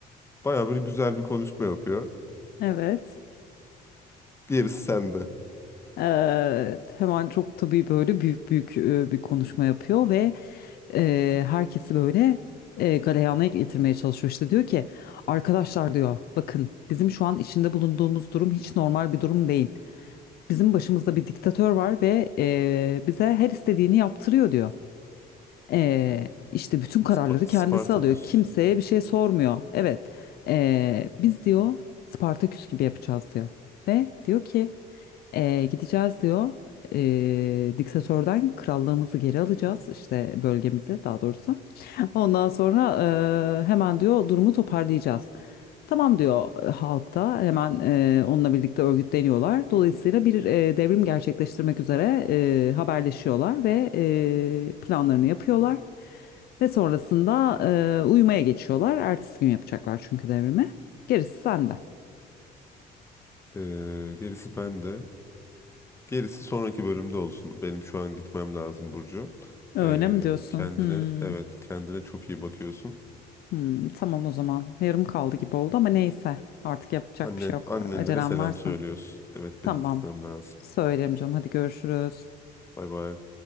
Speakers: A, on the left; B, on the left.
A: Baya böyle güzel bir konuşma yapıyor.
B: Evet.
A: Gerisi sende.
B: Evet. Hemen çok tabii böyle büyük büyük e, bir konuşma yapıyor ve Eee, herkesi böyle eee galeyana getirmeye çalışıyor İşte diyor ki arkadaşlar diyor bakın bizim şu an içinde bulunduğumuz durum hiç normal bir durum değil. Bizim başımızda bir diktatör var ve eee, bize her istediğini yaptırıyor diyor. Eee işte bütün kararları
A: Spa- Spartaküs.
B: kendisi alıyor kimseye bir şey sormuyor. Evet eee, biz diyor Spartaküs gibi yapacağız diyor ve diyor ki eee, gideceğiz diyor. eee, diktatörden krallığımızı geri alacağız işte bölgemizi daha doğrusu. Ondan sonra eee, hemen diyor durumu toparlayacağız. Tamam diyor e, halkta hemen e, onunla birlikte örgütleniyorlar. Dolayısıyla bir e, devrim gerçekleştirmek üzere e, haberleşiyorlar ve e, planlarını yapıyorlar. Ve sonrasında e, uyumaya geçiyorlar. Ertesi gün yapacaklar çünkü devrimi. Gerisi sende.
A: Ee, gerisi bende. Gerisi sonraki bölümde olsun. Benim şu an gitmem lazım Burcu.
B: Öyle
A: Ee,
B: mi diyorsun?
A: kendine
B: Hmm,
A: evet kendine çok iyi bakıyorsun.
B: hmm, tamam o zaman. Yarım kaldı gibi oldu ama neyse. Artık yapacak
A: Annen
B: bir şey yok.
A: annelere
B: Acelem
A: selam
B: varsa.
A: söylüyorsun. Evet
B: Tamam.
A: benim gitmem lazım.
B: Söylerim canım. Hadi görüşürüz.
A: Bay bay.